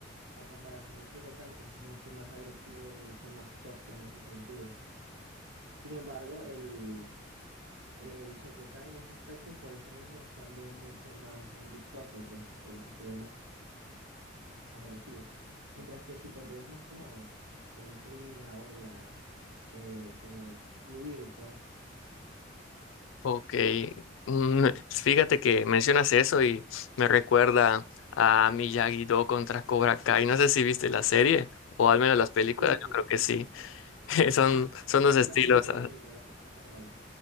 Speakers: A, on the right (about 80°); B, on the left (about 80°).
A: a comparación del Shotokan, que es mucho más agresivo y mucho más tosco en ese sentido. Sin embargo, el, El Shotokai en ese aspecto, por eso mismo, es también mucho más eh, vistoso, pues, porque se ve más, más agresivo. Mientras que el Shitoryu es más como, como ese ir en la ola, eh, como fluir, pues.
B: Ok, mm, fíjate que mencionas eso y me recuerda a Miyagi-Do contra Cobra Kai. No sé si viste la serie o al menos las películas,
A: Sí,
B: yo
A: sí.
B: creo que sí. <laughs> Son, son dos
A: Bueno,
B: estilos.
A: la película,
B: Ah,
A: la película, la serie nunca me la vi.